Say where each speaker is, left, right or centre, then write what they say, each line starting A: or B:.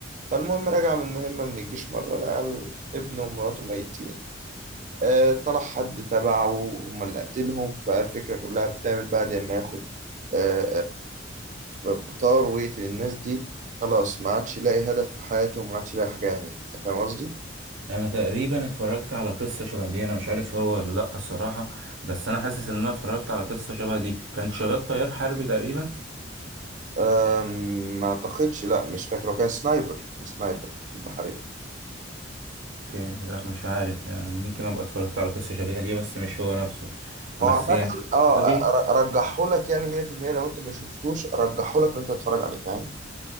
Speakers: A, on the right (about 40°); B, on the right (about 70°).
A: فالمهم رجع من مهمة من الجيش مرة لقى ال- ابنه ومراته ميتين آه، طلع حد تبعه هما اللي قتلهم فالفكرة كلها بتعمل بعد ما ياخد آه، آه، بطار ويقتل الناس دي خلاص ما عادش يلاقي هدف في حياته وما عادش يلاقي حاجة يعملها أنت فاهم قصدي؟
B: انا تقريبا اتفرجت على قصه شبه دي انا مش عارف هو ولا لا الصراحه بس انا حاسس ان انا اتفرجت على قصه شبه دي كان شغال طيار حربي تقريبا
A: أم، ما اعتقدش لا مش فاكر هو كان سنايبر كان سنايبر في البحرية
B: ك... لا مش عارف يعني ممكن ابقى اتفرجت على قصه شبيهه ليه بس مش هو نفسه بس
A: هو عامة
B: يعني
A: اه
B: القصه دي
A: رجحه لك يعني 100% لو انت ما شفتوش رجحه لك ان انت تتفرج عليه فاهم